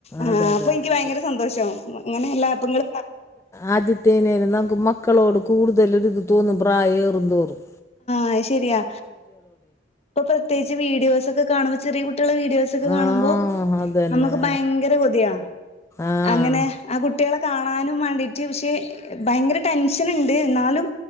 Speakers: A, on the left; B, on the left.
A: ആഹ
B: അതെ അതെ
A: ഇപ്പൊ
B: അതെ
A: എനിക്ക് ഭയങ്കര
B: അതെ
A: സന്തോഷം അങ്ങനെല്ലാപ്പങ്ങളും
B: ആദിതനൽ നമക്ക് മക്കളോട് കൂടുതലരിത് തോന്നും പ്രായ ഏറും തോറും
A: അഹ് ശരിയാ ഇപ്പൊ പ്രത്യേകിച്ച് വീഡിയോക്കെ കാണുമ്പോ ചെറെ കുട്ടിളെ വീടിയൊസ് ഇതൊക്കെ കാണുമ്പോ
B: ആഹ് അതന്നെ
A: നമുക്ക് ഭയങ്കര കൊതിയ
B: ആഹ്
A: അങ്ങനെ ആ കു കുട്ടികളെ കാണാനും വേണ്ടിട്ട് പക്ഷെ ഭയങ്കര ടെൻഷൻണ്ട് എന്നാലും